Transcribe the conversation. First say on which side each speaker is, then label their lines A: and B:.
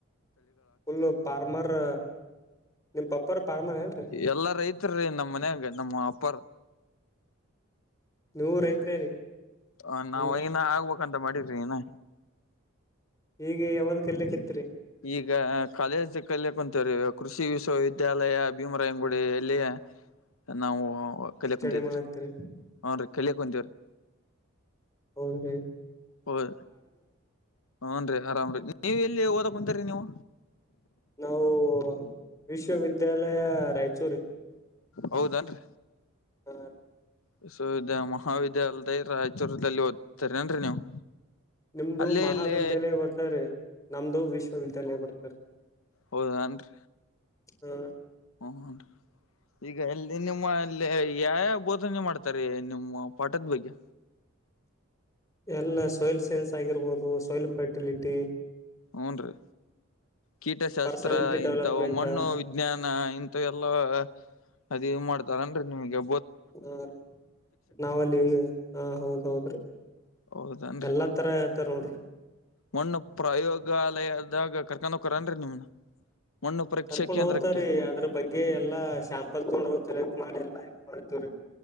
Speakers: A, on the left; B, on the left.
A: ಫುಲ್ಲು ಫಾರ್ಮರ್ ನಿಮ ಪಪ್ಪಾರ ಫಾರ್ಮರ್ ಏನ್
B: ಎಲ್ಲ ರೈತ ರೈತರು ನಮ್ಮ ಮನ್ಯಾಗ ನಮ್ಮ್ ಅಪ್ಪರ್
A: ನೀವು ರೈತ್ರಿ
B: ಹ ನಾವವು
A: ಅಂದ್ರ
B: ಐನ ಆಗ್ಬೇಕ ಅಂತ ಮಾಡಿದ್ರಿ ನ
A: ಈಗ ಯಾವ್ದ ಕಲ್ಲಕ್ಕೆತ್ರಿ
B: ಈಗ ಕಾಲೇಜ್ ಕಲ್ಯಕ್ ಅಂತವ್ರೀ ಕೃಷಿ ವಿಶ್ವವಿದ್ಯಾಲಯ ಭೀಮರಾಯಂಗುಡಿ ಎಲ್ಲಿಯ ನಾವು ಕಲಿಯಕ್ಂತಿದ್ರಿ
A: ಸ್ಟಡಿ ಮಾಡತ್ತೀರಿ
B: ಹ್ನ್ ಕಲಿಯಕ್ ಕುಂತೇವ್ರಿ
A: ಹೌದ್ರೀ
B: ಹೌದೀ ಹ್ನ್ ರೀ ಆರಾಮ ರೀ ನೀವು ಎಲ್ಲಿ ಓದ ಕುಂತರಿ ನೀವು
A: ನಾವು ವಿಶ್ವವಿದ್ಯಾಲಯ ರಾಯಚೂರು
B: ಹೌದನ್ರಿ
A: ಹ
B: ವಿಶ್ವವಿದ್ಯ ಮಹಾವಿದ್ಯಾಲಯದ ರಾಯಚೂರದಲ್ಲಿ ಓದ್ತರನ್ರಿ ನೀವು
A: ನಿಮದು
B: ಅಲ್ಲೇ
A: ಮಹಾವಿದ್ಯಾಲಯ
B: ಇಲ್ಲಿ
A: ಬರ್ತಿದ್ರಿ ನಮದುು ವಿಶ್ವವಿದ್ಯಾಲಯ ಬರ್ತಿದ್ರಿ
B: ಹೌದಾನ್ರಿ
A: ಹ್ಮ
B: ಹನ್ ಈಗ ಎಲ್ಲಿ ನಿಮ್ಮಲ್ಲಿ ಯಾವ ಯಾವ ಬೋಧನೆ ಮಾಡ್ತಾರೆ ನಿಮ್ಮ ಪಾಠದ ಬಗ್ಗೆ
A: ಎಲ್ಲ ಸೋಯಿಲ್ ಸೈನ್ಸ್ ಆಗಿರ್ಬಹದು ಸೋಯಿಲ್ ಫರ್ಟಿಲಿಟಿ
B: ಹ್ನ್ರೀ ಕೀಟಶಾಸ್ತ್ರ
A: ಪರ್ಸನಾಲಿಟಿ ಡೆವಲಪ್ಮೆಂಟ್
B: ಇಂತವು ಮಣ್ಣು ಜ್ಞಾನ ಇಂತ ಎಲ್ಲ ಅದ ಮಾಡ್ತಾರನ್ ರಿ ನಿಮಗೆ
A: ಹ ನಾವಲ್ಲಿ ಹೆಂಗ ಹಾ ಹೌದ್ ಹೌದ್ರಿ
B: ಹೌದನ್ರಿ
A: ಎಲ್ಲಾ ತರ ತರೊಡ್ರಿ.
B: ಮಣ್ಣು ಪ್ರಯೋಗಾಲಯದಾಗ ಕರ್ಕನ್ ಹೋಕ್ಕರೆನ್ರಿ ನಿಮ್ನ. ಮಣ್ಣು ಪರೀಕ್ಷೆ
A: ಕರ್ಕೊಂಡ್
B: ಕೇಂದ್ರಕ್ಕೆ
A: ಹೋಗ್ತಾರೀ ಅದ್ರ ಬಗ್ಗೆ ಎಲ್ಲಾ ಶಾಂಪಲ್ ತೊಗೊಂಡ್ ಹೋತರ ಮಾಡಿ ಎಲ್ಲಾ ಇ ಮಾಡ್ತೇವ್ರಿ.